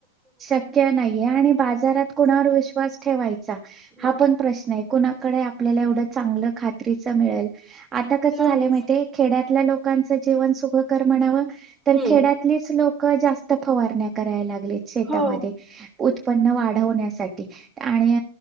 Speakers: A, on the right; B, in the centre.
A: शक्य नाही आणि बाजारात कुणावर विश्वास ठेवायचा
B: मग
A: हा पण प्रश्न आहे. कुणाकडे आपल्याला एवढं चांगलं खात्रीच मिळेल आता कसं
B: नाहीच
A: झालं माहिती खेड्यातल्या लोकांच जीवन सुखकर म्हणाव तर
B: हम्म
A: खेड्यात लोक जास्त फवारण्या कराय लागले शेतामध्ये.
B: हो
A: उत्पन्न वाढवण्यासाठी. आणि